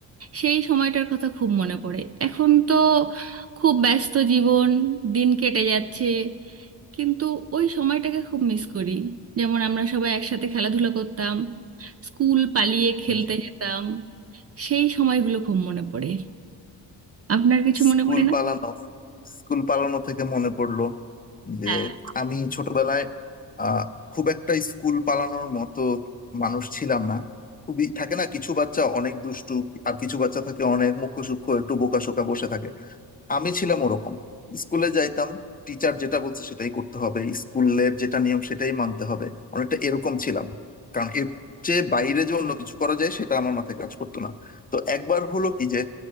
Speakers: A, on the right (about 35°); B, on the left (about 20°).
A: সেই সময়টার কথা খুব মনে পড়ে এখন তো খুব ব্যস্ত জীবন দিন কেটে যাচ্ছে কিন্তু ওই সময়টাকে খুব মিস করি যেমন আমরা সবাই একসাথে খেলাধুলা করতাম স্কুল পালিয়ে খেলতে
B: জি
A: যেতাম সেই সময়গুলো খুব মনে পড়ে আপনার কিছু মনে
B: স্কুল
A: পড়ে না
B: পালানো স্কুল পালানো থেকে মনে পড়লো যে
A: হ্যাঁ
B: আমি ছোটবেলায় আহ খুব একটা স্কুল পালানোর মতো মানুষ ছিলাম না খুবই থাকে না কিছু বাচ্চা অনেক দুষ্টু আর কিছু বাচ্চা থাকে অনেক মুখশুক্ষ একটু বোকাশোকা বসে থাকে আমি ছিলাম ওরকম স্কুলে যাইতাম টিচার যেটা বলছে সেটাই করতে হবে স্কুলের যেটা নিয়ম সেটাই মানতে হবে অনেকটা এরকম ছিলাম কারণ এর চেয়ে বাইরে যে অন্য কিছু করা যায় সেটা আমার মাথায় কাজ করতো না তো একবার হলো কি যে